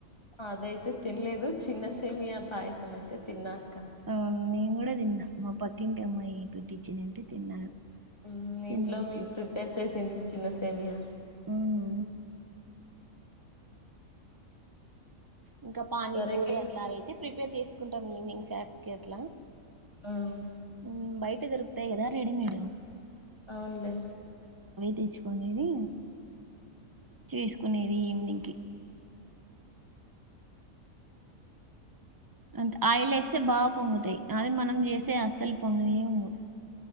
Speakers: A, on the left; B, on the right.
A: అదయితే తిన్లేదు చిన్నసేమియా పాయసం అయితే తిన్నా. కా
B: అవును నేను కూడా తిన్నా. మా పక్కింటి అమ్మాయి పెట్టించినింటే తిన్నాను.
A: ఉహ్మ్
B: చిన్నది
A: ఇంట్లో మేము ప్రిపేర్ చేసిండి చిన్నద్ సేమియా
B: ఉహ్ ఇంకా పానీపూరి
A: సరేకే
B: అట్లా అయితే ప్రిపేర్ చేసుకుంటాం ఈవినింగ్ స్నాకి అట్లా
A: ఆహ్
B: ఉహ్ బయట ధోరుకుతయి కాదా రెడిమేడ్
A: అవునులే
B: తెచ్చుకునేది చేసుకునేది ఈవినింగ్ కి అంతే ఆయిలే వేస్తే బాగా పొంగుతాయి. అదే మనం చేస్తే అస్సలు పొంగనే పొంగవ్